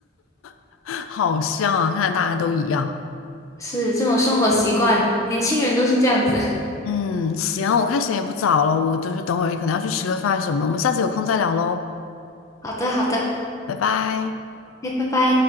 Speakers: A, on the left (about 85°); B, on the left (about 15°).
A: <laughs> 好像啊，看来大家都一样。
B: 是这种生活习惯，年轻人都是这样子。<laughs>
A: 嗯，行，我看时间也不早了，我就是等会儿可能要去吃个饭什么的，我们下次有空再聊喽。
B: 好的，好的，
A: 拜拜。
B: 那拜拜。